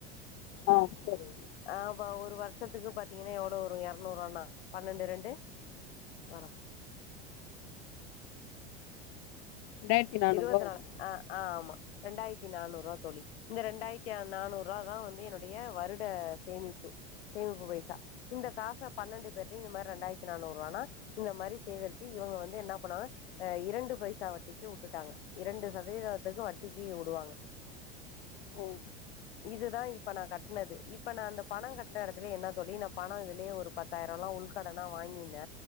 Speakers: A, on the left; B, on the left.
A: ஆ சரி
B: அ ப ஒரு வர்ஷத்துக்கு பாத்தீங்கன்னா எவ்ளோ வரு எர் நூறானா பண்ணண்டு ரெண்டு பரா
A: ரெண்டாயிரத்தி நானூறுவா
B: இருவத்நால
A: வரும்
B: அ அ ஆமா ரெண்டாயத்தி நானூறுவா தோழி இந்த ரெண்டாயத்தி நானூறா தா வந்து என்னுடைய வருட சேமிப்பு சேமிப்பு பைசா இந்த காச பண்ணண்டு பேர்ட்டயு இந்த மாரி ரெண்டாயர்த்தி நானூறுவானா இந்த மாரி சேகரிச்சி இவுங்க வந்து என்னா பண்ணுவாங்க அ இரண்டு பைசா வட்டி கி உட்டுட்டாங்க இரண்டு சதவீதாதத்துக்கு வட்டிக்கி உடுவாங்க
A: ஓ
B: இதுதா இப்ப நா கட்னது இப்ப நா அந்த பணம் கட்ன எடத்துலே என்னா தோழி நா பணம் இதுலே ஒரு பத்தாயிரம்லா உள்கடனா வாங்கிந்த